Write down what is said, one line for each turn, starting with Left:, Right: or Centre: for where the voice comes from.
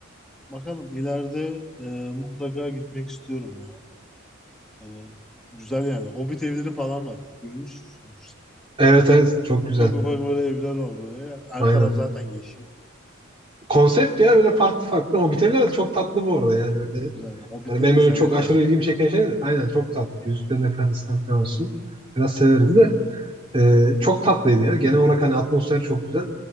Centre: Bakalım ileride e, mutlaka gitmek istiyorum ya. Yani güzel yani. Hobbit evleri falan var. Görmüşsündür sen.
Right: Evet evet çok
Centre: Ufak
Right: güzel.
Centre: ufak böyle evler var böyle. Ya. Her
Right: Aynen.
Centre: taraf zaten yeşil.
Right: Konsept ya öyle farklı farklı. O bitenler de çok tatlı bu arada yani. Öyle,
Centre: Güzel ya. Hobbitleri
Right: yani benim
Centre: de
Right: öyle
Centre: severim
Right: çok aşırı
Centre: yani.
Right: ilgimi çeken şey de aynen çok tatlı. Yüzüklerin Efendisi'nden falan olsun. Biraz severiz de. e, çok tatlıydı ya. Genel olarak hani atmosfer çok güzel.